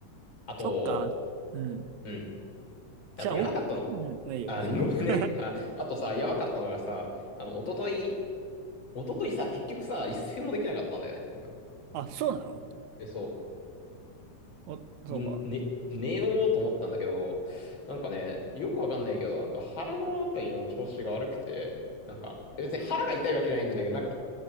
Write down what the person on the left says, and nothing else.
あと、
うん。あと、
やばかったの。
あ、ごめんね。
あ、あとさ、やばかったのがさ、あの、おととい、おとといさ、結局さ、一睡もできなかったんだよね。なんか。
で、でそう。
いね、寝ようと思ったんだけど、なんかね、よくわかんないけど、なんか腹のあたりの調子が悪くて、なんか、別に腹が痛いわけじゃないんだけど、なんか、